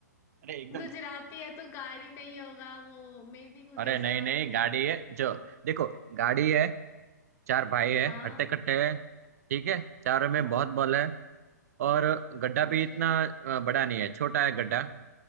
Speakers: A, on the right (about 55°); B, on the left (about 25°).
A: अरे एकदम
B: गुजराती है तो गाड़ी नहीं होगा वो मे बी कुछ
A: अरे
B: ऐसा
A: नहीं नहीं गाड़ी है जो देखो गाड़ी है चार भाई है
B: था
A: हट्टे कट्टे है ठीक है चारों में
B: हम्म
A: बहुत बल है और गड्ढा
B: अच्छा
A: भी इतना अ, बड़ा नहीं है छोटा है गड्ढा